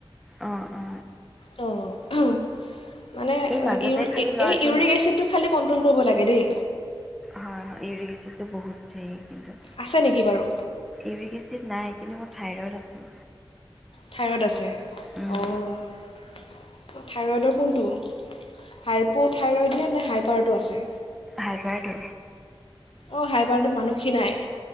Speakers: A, in the centre; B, on the left.
A: অ অ
B: ত' মানে
A: এই মাজতে
B: ইউ
A: খালি ল'ৰাটো
B: এই ইউৰিক এচিডটো খালি কণ্ট্ৰল কৰিব লাগে দেই
A: হয় হয় ইউৰিক এচিডটো বহুত হেৰি কিন্তু
B: আছে নেকি বাৰু
A: ইউৰিক এচিত নাই কিন্তু মোৰ থাইৰইড আছে।
B: থাইৰড আছে
A: উম
B: অঁ থাইৰইডৰ কোনটো হাইপ' থাইৰইড নে নে হাইপাৰটো আছে?
A: হাইপাৰটো
B: অঁ হাইপাৰটোত মানুহ খিনাই